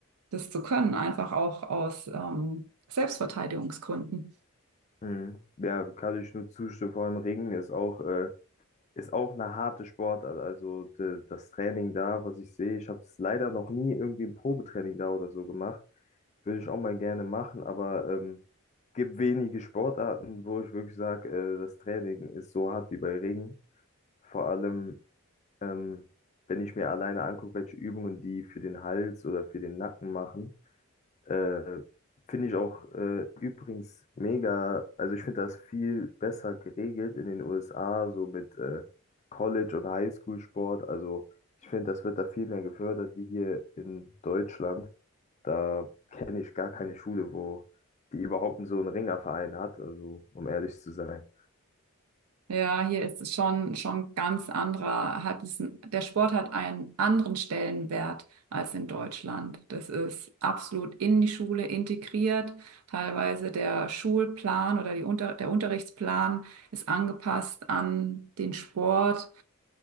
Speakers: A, on the right (about 85°); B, on the left (about 30°).
A: das zu können, einfach auch aus ähm, Selbstverteidigungsgründen.
B: mhm. Ja, kann ich nur zustimmen. Vor allem Ringen ist auch äh, Ist auch eine harte Sportart. Also de- das Training da, was ich sehe, ich habe es leider noch nie irgendwie ein Probetraining da oder so gemacht. Würde ich auch mal gerne machen, aber ähm, gibt wenige Sportarten, wo ich wirklich sage, äh, das Training ist so hart wie bei Ringen. Vor allem, ähm, wenn ich mir alleine angucke, welche Übungen die für den Hals oder für den Nacken machen. Äh, finde ich auch äh, übrigens mega, also ich finde das viel besser geregelt in den USA, so mit äh, College- und Highschool-Sport. Also ich finde, das wird da viel mehr gefördert wie hier in Deutschland. Da kenne ich gar keine Schule, wo die überhaupt so einen Ringerverein hat, also um ehrlich zu sein.
A: Ja, hier ist es schon, schon ganz anderer, hat es, der Sport hat einen anderen Stellenwert als in Deutschland. Das ist absolut in die Schule integriert. Teilweise der Schulplan oder die Unter, der Unterrichtsplan ist angepasst an den Sport.